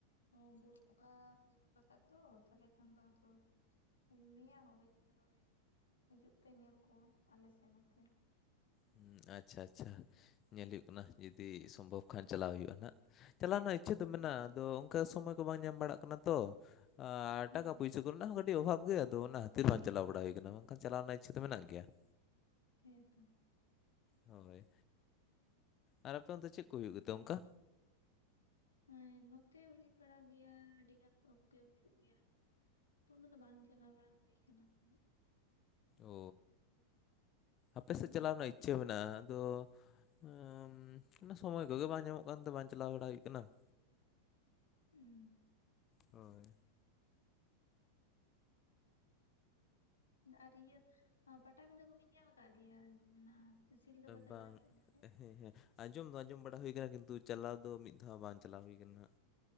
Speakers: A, on the left; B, on the left.
A: ᱛᱚ ᱵᱩᱨᱩ ᱵᱚᱸᱜᱟ ᱦᱩᱭᱩᱜ ᱞᱟᱹᱜᱟᱫ ᱫᱚ ᱛᱟᱦᱚᱞᱮ ᱠᱷᱟᱱ ᱫᱚ ᱟᱫᱚ, ᱢᱮᱭᱟᱝᱚᱜ ᱜᱮᱟᱹᱱᱤᱡ ᱦᱳᱭ ᱦᱤᱡᱩᱜ ᱯᱮ ᱧᱮᱞ ᱠᱚ ᱟᱞᱮ ᱥᱮᱫ ᱱᱚᱛᱮ
B: ᱦᱩᱸ ᱟᱪᱷᱟ ᱟᱪᱷᱟ ᱧᱮᱞ ᱦᱩᱭᱩᱜ ᱠᱟᱱᱟ ᱡᱩᱫᱤ ᱥᱚᱢᱵᱷᱚᱵ ᱠᱷᱟᱱ ᱪᱟᱞᱞᱟᱣ ᱦᱩᱭᱩᱜᱼᱟ ᱱᱟᱦᱟᱜ, ᱪᱟᱞᱟᱣᱱᱟ ᱪᱮᱫ ᱮᱢ
A: ᱦᱳᱭ
B: ᱢᱮᱱᱟᱜᱼᱟ, ᱟᱫᱚ ᱚᱱᱠᱟ ᱥᱚᱢᱚᱭ ᱠᱚ ᱵᱟᱝ ᱧᱟᱢ ᱵᱟᱲᱟᱜ ᱠᱟᱱᱟ ᱛᱚ, ᱟᱨ
A: ᱦᱮᱸ
B: ᱴᱟᱠᱟ ᱯᱚᱭᱥᱟ ᱠᱚ ᱚᱱᱟ ᱦᱚᱸ ᱠᱟᱹᱴᱤᱡ ᱚᱵᱷᱟᱵ ᱜᱮᱭᱟ ᱟᱫᱚ ᱠᱷᱛᱤᱨ ᱵᱟᱝ ᱪᱟᱞᱟᱣ ᱵᱟᱲᱟ ᱦᱩᱭ ᱟᱠᱟᱱᱟ ᱵᱟᱝᱠᱷᱟᱱ ᱪᱟᱞᱟᱣ ᱨᱮᱱᱟᱜ ᱤᱪᱷᱟ ᱫᱚ ᱢᱮᱱᱟᱜ ᱜᱮᱭᱟ ᱾
A: ᱦᱮᱸ ᱛᱚ
B: ᱦᱳᱭ ᱟᱨ ᱟᱯᱮ ᱛᱮ ᱪᱮᱫ ᱠᱚ ᱦᱩᱭᱩᱜ ᱜᱮᱛᱮ ᱚᱱᱠᱟ
A: ᱦᱮᱸ ᱱᱚᱛᱮ ᱦᱩᱭ ᱵᱟᱲᱟᱜ ᱜᱮᱭᱟ ᱟᱹᱰᱤ ᱜᱟᱱ ᱯᱚᱨᱚᱵᱽ ᱜᱮ ᱦᱩᱭᱩᱜ ᱜᱮᱭᱟ ᱾ ᱛᱚ ᱩᱱᱟᱹᱜ ᱫᱚ ᱵᱟᱝ ᱪᱟᱞᱟᱣ ᱵᱟᱲᱟ ᱦᱩᱭᱠᱟᱱᱟ ᱦᱟᱯᱮ ᱦᱟᱸᱜ
B: ᱚ
A: ᱦᱟᱸᱜ
B: ᱟᱯᱮ ᱥᱮᱫ ᱪᱟᱞᱟᱜ ᱨᱮᱱᱟᱜ ᱤᱪᱷᱟᱹ ᱢᱮᱱᱟᱜᱼᱟ ᱟᱫᱚᱻ ᱦ ᱚᱱᱟ ᱥᱚᱢᱚᱭ ᱠᱚᱜᱮ ᱵᱟᱝ ᱧᱟᱢᱚᱜ ᱠᱟᱱᱛᱮ ᱵᱟᱝ ᱪᱟᱞᱟᱣ ᱵᱟᱲᱟ ᱦᱩᱭᱩᱜ ᱠᱟᱱᱟ ᱾
A: ᱦᱩᱸ
B: ᱦᱳᱭ
A: ᱟᱨ ᱤᱭᱟᱹ ᱯᱟᱴᱟ-ᱵᱤᱫᱟᱹ ᱠᱚᱵᱤᱱ ᱧᱮᱞ ᱟᱠᱟᱫ ᱜᱮᱭᱟ, ᱚᱱᱟ ᱥᱤᱞᱫᱟᱹ ᱯᱟᱛᱟ
B: ᱵᱟᱝ
A: ᱡᱟᱦᱟᱸ ᱦᱩᱭᱩᱜᱼᱟ ᱱᱚᱰᱮ
B: ᱦᱮᱸ ᱦᱮᱸ ᱟᱸᱡᱚᱢ ᱫᱚ ᱟᱸᱡᱚᱢ ᱵᱟᱲᱟ ᱦᱩᱭᱠ ᱠᱤᱱᱛᱩ ᱪᱟᱞᱟᱣ ᱫᱚ ᱢᱤᱫ ᱫᱷᱟᱣ ᱵᱟᱝ ᱪᱟᱞᱟᱣ ᱦᱩᱭ ᱟᱠᱟᱱᱟ ᱦᱟᱸᱜ,